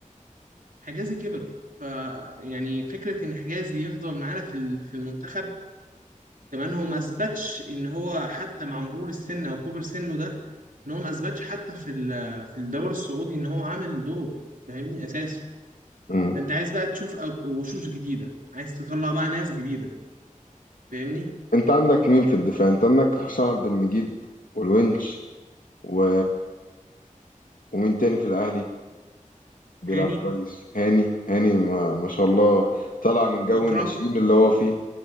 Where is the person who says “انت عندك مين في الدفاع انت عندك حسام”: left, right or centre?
Left